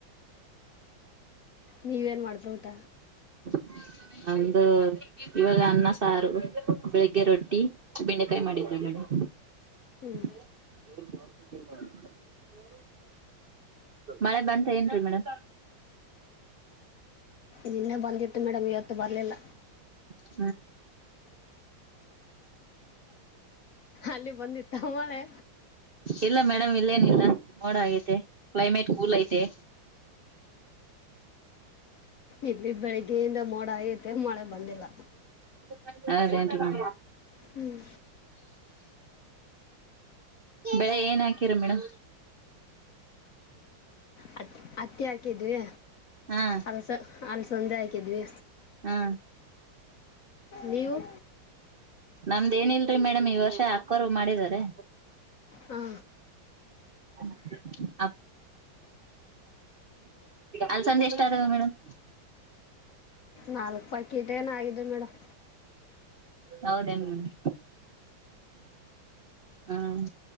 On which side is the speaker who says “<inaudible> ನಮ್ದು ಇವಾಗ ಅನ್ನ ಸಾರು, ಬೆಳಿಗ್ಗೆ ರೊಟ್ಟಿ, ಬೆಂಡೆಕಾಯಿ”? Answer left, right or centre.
Right